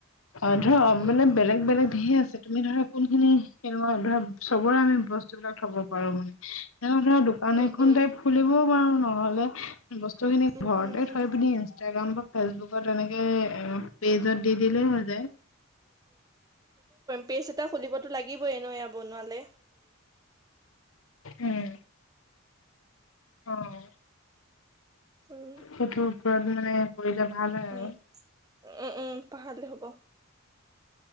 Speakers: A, on the left (about 65°); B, on the right (about 15°).
A: অ'! ধৰক
B: উম
A: মানে, বেলেগ বেলেগ ধেৰ আছে। তুমি ধৰা কোনখিনি কেনেকুৱা ধৰা চবৰে আমি বস্তুবিলাক থব পাৰোঁ মানে। তেওঁ ধৰা আন
B: উম
A: এখন
B: উম
A: টাইপ খুলিব। অ'! নহ'লে ত' এইখিনি
B: উম
A: ঘৰতে
B: উম উম
A: থৈ পিনি ইনষ্টাগ্ৰাম বা ফেচবুকত এনেকে পেজত দি দিলেই হৈ যায়।
B: পেষ্ট এটা খুলিবতো লাগিবই এনেয়ো এয়া বনোঁৱালে।
A: উম! অ'!
B: উম
A: সেইটোৰ ওপৰত মানে কৰি যা ভাল হয়
B: উম
A: আৰু।
B: উম, উম, পাহাৰিলে হ'ব।